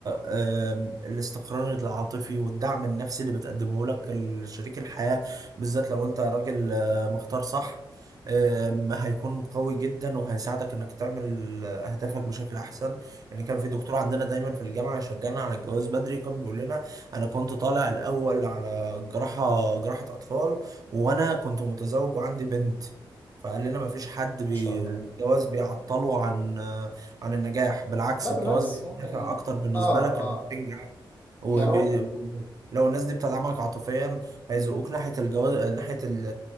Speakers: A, on the right; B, on the left.
A: آم، الاستقرار العاطفي والدعم النفسي اللي بتقدمه لك شريك الحياه بالذات لو انت راجل آه، مختار صح آم، هيكون قوي جدا وهيساعدك انك تعمل اهدافك بشكل احسن يعني كان في دكتور عندنا دايما في الجامعة يشجعنا على الجواز بدري وكان بيقول لنا أنا كنت طالع الأول على جراحة جراحة أطفال وأنا كنت متزوج وعندي بنت فقال لنا مفيش حد بي...
B: ما شاء الله
A: الجواز بيعطله عن عن النجاح بالعكس
B: لا
A: الجواز
B: بالعكس
A: بيبقى
B: ممكن
A: دافع أكتر بالنسبة
B: آه
A: لك إنك
B: آه
A: تنجح وبي...
B: يعني هو
A: لو الناس دي بتدعمك عاطفيا هيزقوك ناحية الجواز ناحية ال...